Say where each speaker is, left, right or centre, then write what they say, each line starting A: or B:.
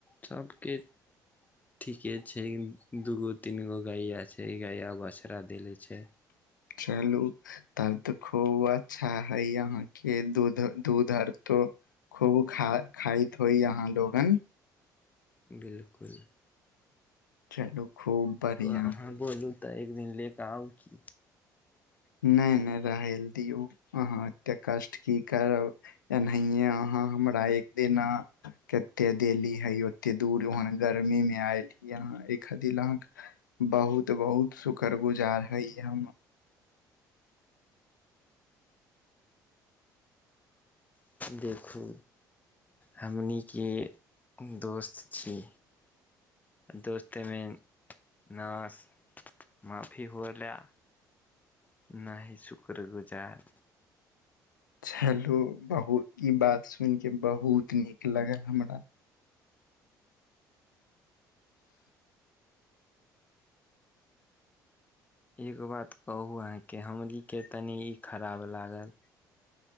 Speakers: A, on the left; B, on the left.
A: सभके ठीके छै दूगो तीन गो गैया छै गैया बछड़ा देले छै।
B: चलू। तब तऽ खूब अच्छा हइ अहाँके दूध दूध आर तो खूब खा खाइत होई अहां लोगन
A: बिलकुल।
B: चलू। खूब बढ़िया
A: अहाँ
B: हई
A: बोलू तऽ एक दिन ले क आउ की
B: नहि नहि रहैल दियौ अहाँ एतेक कष्ट की करब एनाहिए अहाँ हमरा एक दिना कते देली हे ओते दूर ओहन गर्मी मे आयल ही अहाँ एहि खातिर अहाँ बहुत बहुत शुक्रगुजार है हम
A: देखू हमनीके दोस्त छी। दोस्ती मे नाश माफी होला न ही सुक्रगुजार
B: चलो बहुत ई बात सुनि के बहुत नीक लागल हमरा
A: एगो बात कहु अहांके हमर के तनी ई खराब लागल